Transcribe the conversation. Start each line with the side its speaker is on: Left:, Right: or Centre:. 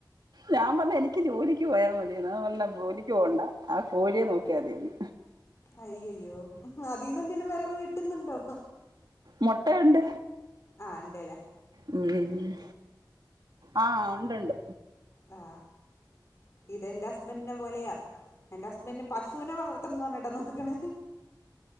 Right: ഞാൻ പറഞ്ഞ് എനിക്ക് ജോലിക്ക് പോയാൽ മതി എന്ന അ പറഞ്ഞു ജോലിക്ക് പോണ്ട ആ കോഴിയെ നോക്കിയാൽ മതിന്ന്.
Left: അയ്യയ്യോ അതിന്ന് എന്തെങ്കിലും വരവ് കിട്ടുന്നുണ്ടോ?
Right: മുട്ട ഉണ്ട്.
Left: ആ ഉണ്ടേല്ലേ?
Right: ഉം ഹും ആ ഉണ്ടുണ്ട്.
Left: ആ ഇതെന്റെ ഹസ്ബന്റിന്റെ പോലെയാ എന്റെ ഹസ്ബന്റ്. പശൂനെ വളർത്തണന്ന് പറഞ്ഞിട്ടാ നോക്കണെ.